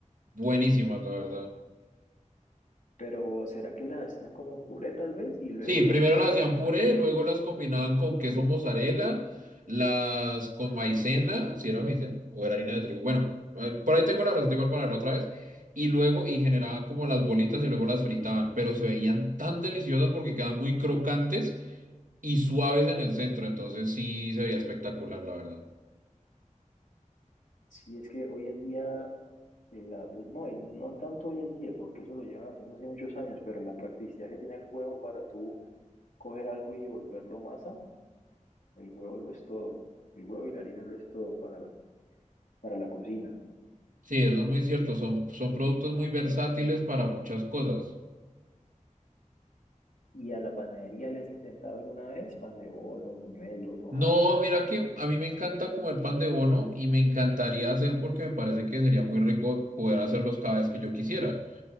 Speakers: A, on the right; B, on the left.
A: buenísimas, la verdad.
B: pero ¿será que las hacían como puré tal vez y luego
A: Sí,
B: las
A: primero
B: fritaban
A: las hacían
B: o
A: puré,
B: qué?
A: luego las combinaban con queso mozzarella, las con maicena, si era maicena o era harina de trigo. Bueno, eh, por ahí tengo la receta igual para verla otra vez. Y luego, y generaban como las bolitas y luego las fritaban, pero se veían tan deliciosas porque quedan muy crocantes y suaves en el centro, entonces sí se veía espectacular, la verdad.
B: Sí, es que hoy en día Y la, no, y no tanto hoy en día, porque eso lo llevan haciendo hace muchos años, pero la practicidad que tiene el huevo para tú coger algo y volverlo masa, el huevo lo es todo. El huevo y la harina lo es todo para la, para la cocina.
A: Sí, eso es muy cierto, son, son productos muy versátiles para muchas cosas.
B: ¿Y a la panadería le has intentado alguna vez pan de bonos, buñuelos, hojaldras?
A: No, mira que a mí me encanta comer pan de bono y me encantaría hacer porque me parece que sería muy rico poder hacerlos cada vez que yo quisiera.